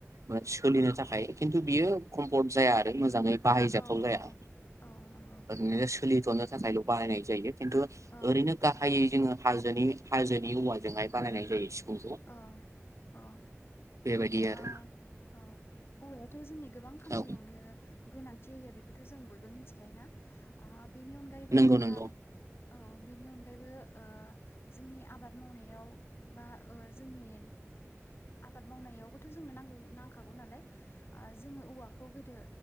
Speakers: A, on the right; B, on the left.
A: ओ सोलिनो थाखाय। किन्थु बियो कम्फर्ट जाया आरो। नों मोजाङै। बाहायजाथाव
B: औ औ
A: जाया
B: औ नंगौ।
A: ओरैनो सोलिथनो थाखायल बाहायनाय जानो। खिन्थु
B: औ
A: ओरैनो गाहायै जोङो। हाजो हाजोनि औवानि। ओजोंहाय बानायनाय। जायो सिफुंखौ
B: औ औ
A: बेबायदि आरो
B: ओ औ औवायाथ' जोंनि। गोबां खामानियावनो।
A: औ
B: गोनांथि होयो बेखौथ' जों बयबो मिथिखायो ना ओ। बेनि अनगायैबो
A: नंगौ
B: जोंहा।
A: नंगौ
B: औ बेनि अनगायैबो ओ जोंनि आबाद मावनायाव। बा ओ जोंनि। आबाद मावनायावबोथ' जोंनो नांगौ नांखागौ नालाय जोङो औवाखौ गोदो